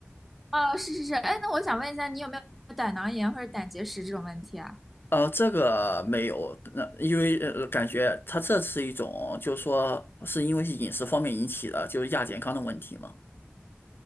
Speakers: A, in the centre; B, on the left.
A: 哦，是是是，哎，那我想问一下，你有没有胆囊炎或者胆结石这种问题啊？
B: 呃，这个没有，那、因为呃，感觉它这是一种，就是说，是因为是饮食方面引起的，就是亚健康的问题嘛。